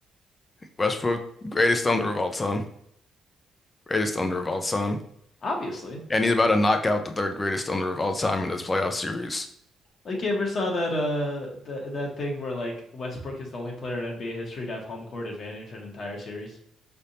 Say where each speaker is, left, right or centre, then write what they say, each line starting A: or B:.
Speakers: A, on the left; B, on the left.
A: Westbrook, greatest thunder of all time, greatest thunder of all time,
B: <laughs> obviously.
A: and he's about to knock out the third greatest thunder of all time in this playoff series.
B: Like you ever saw that uh that that thing where like Westbrook is the only player in NBA history to have home court advantage in an entire series?